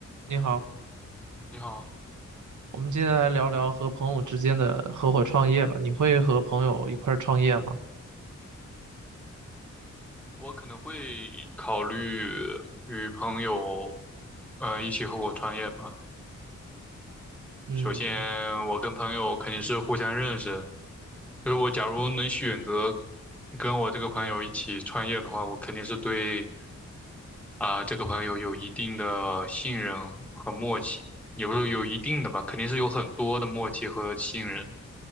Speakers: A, on the right; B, in the centre.
A: 你好，
B: 你好，
A: 我们接下来聊聊和朋友之间的合伙创业吧。你会和朋友一块儿创业吗？
B: 我可能会考虑与朋友，呃，一起合伙创业吧。
A: 嗯
B: 首先，我跟朋友肯定是互相认识，所以我假如能选择跟我这个朋友一起创业的话，我肯定是对啊、这个朋友有一定的信任和默契，也不是有一定的吧，肯定是有很多的默契和信任。